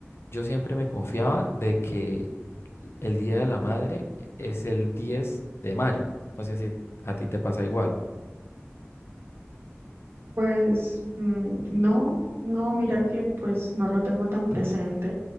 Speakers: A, on the left; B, on the right.
A: yo siempre me confiaba de que el Día de la Madre es el 10 de mayo. No sé si a ti te pasa igual.
B: Pues mm, no, no, mira que pues no lo tengo tan presente.